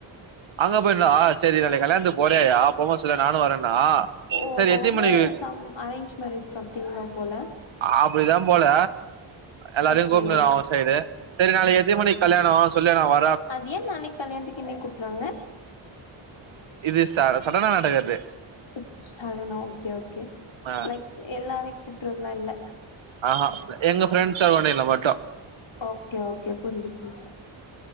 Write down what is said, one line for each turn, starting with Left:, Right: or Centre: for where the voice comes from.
Right: அங்க போய் நின்னா செரி நாளைக் கல்யாணத்துக்கு போறியாயா போம்போத் சொல்யா நானு வரேன்னா
Left: ஓ
Right: சரி
Left: இப்ப
Right: எத்தினி
Left: வந்து
Right: மணிக்கு
Left: ஆமா அரேஞ்ச் மேரேஜ் சம்திங் தா போல
Right: அப்டிதா போல எல்லாரையு
Left: ஓகே
Right: கூப்டுறா அவ சைடு செரி நாளைக் எத்தின் மணிக் கல்யாணோ சொல்யா நா வ
Left: அத ஏ நாளைக் கல்யாண்த்துக் இன்னிக் கூப்ட்றாங்க
Right: இது சாட சடனா நடக்கற்து
Left: ஓ சடனா ஓகே ஓகே
Right: ஆ
Left: லைக் எல்லாரை கூப்ட்றதுலா இல்ல
Right: ஆஆ எங்க ஃப்ரெண்ட்ஸ் சரவ்ண்டிங்ல மட்டு
Left: ஓகே ஓகே புரிஞ்சு போச்சு